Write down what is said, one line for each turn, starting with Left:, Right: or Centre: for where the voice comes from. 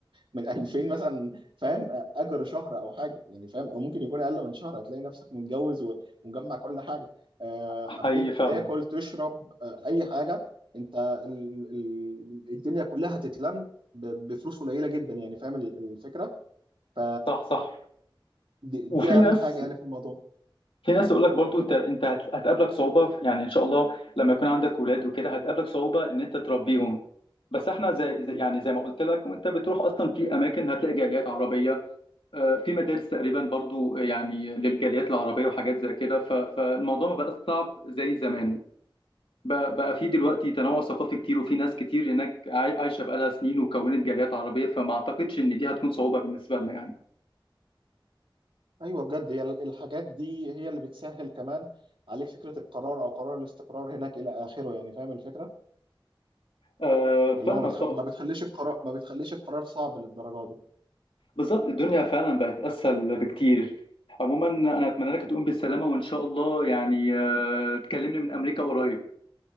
Right: من <laughs> 2000 مثلا فاهم اجر شهر او حاجه يعني فاهم او ممكن يكون اقل من شهر هتلاقي نفسك متجوز و- ومجمع كل حاجه آه، حبيت
Left: حقيقي فعلا
Right: تاكل تشرب آه، اي حاجه انت ال- ال- الدنيا كلها هتتلم ب- بفلوس قليله جدا يعني فاهم ال- الفكره ف
Left: صح صح
Right: دي, دي
Left: وفي
Right: اهم
Left: ناس
Right: حاجه يعني في الموضوع
Left: في ناس تقول لك برضو انت انت هت- هتقابلك صعوبه في- يعني ان شاء الله لما يكون عندك اولاد وكده هتقابلك صعوبه ان انت تربيهم بس احنا زي زي-
Right: مم.
Left: يعني زي ما قلت لك وانت بتروح اصلا في اماكن هتلاقي جاليات عربيه آه، في مدارس تقريبا برضو آه، يعني للجاليات العربيه وحاجات زي كده ف- فالموضوع ما بقاش صعب زي زمان بقى بقى في دلوقتي تنوع ثقافي كتير وفي ناس كتير هناك عاي- عايشه بقالها سنين وكونت جاليات عربيه فما اعتقدش ان دي هتكون صعوبه بالنسبه لنا يعني
Right: ايوه بجد هي ال- الحاجات دي هي اللي بتسهل كمان عليك فكره القرار او قرار الاستقرار هناك الى اخره يعني فاهم الفكره
Left: آه
Right: اللي
Left: فاهمك
Right: هو ما, بتخ...
Left: طبعا
Right: ما مم. بتخليش القرار ما بتخليش القرار صعب للدرجه دي
Left: بالظبط الدنيا فعلا بقت اسهل بكتير عموما انا اتمنى لك تقوم بالسلامه وان شاء الله يعني آه تكلمني من امريكا قريب